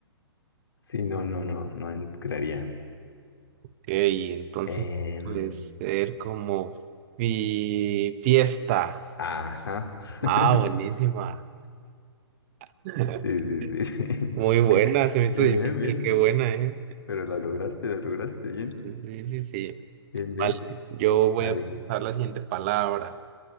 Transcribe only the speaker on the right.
y entonces
puede ser como fi- fiesta.
Ah,
buenísima. <laughs>
Muy buena,
se me hizo
difícil,
qué buena, ¿eh?
Sí, sí, sí.
Vale, yo voy
a pensar la siguiente palabra.